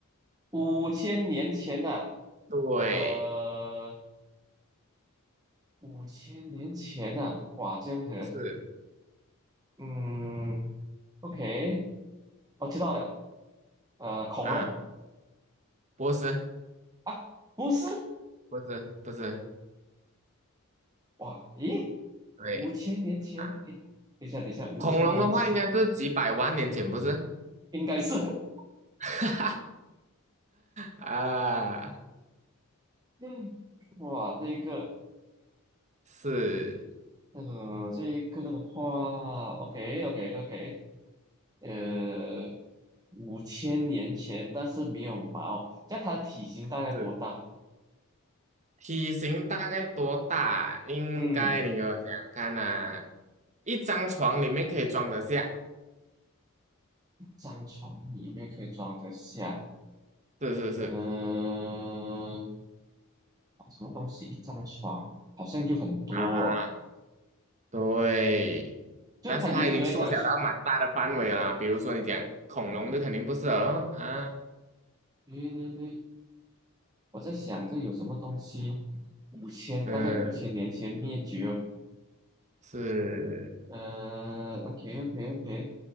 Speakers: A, on the right; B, on the right.
A: 五千年前呐、
B: 对，
A: 呃，五千年前呐、哇，这样子，
B: 是
A: 嗯，OK，我知道了，呃，恐龙
B: 啊，不是，
A: 啊，不是，
B: 不是，不是，
A: 哇，咦，
B: 对
A: 五千年前，
B: 啊，
A: 诶，等一下，等一下，五千年前
B: 恐龙的话应该是几百万年前，不是？
A: 应该是，<laughs>
B: <laughs> 啊，
A: 嗯，哇，这个，
B: 是。
A: 呃，这个的话，OK，OK，OK，呃，五千年前，但是没有毛，那它体型大概多大？
B: 是体型大概多大？应该你给我想想看呐、
A: 嗯，
B: 一张床里面可以装得下，
A: 张床里面可以装得下，
B: 是是是
A: 嗯、什么东西？一张床好像就很多哦
B: 啊，对。
A: 就它严格来讲是，
B: 但是它已经缩小到蛮大的范围了啦，比如说你讲恐龙就肯定不是了咯啊，
A: 对对对，我在想这有什么东西，五千大概五千年前灭绝哦
B: 嗯，是，
A: 嗯、o k OK OK，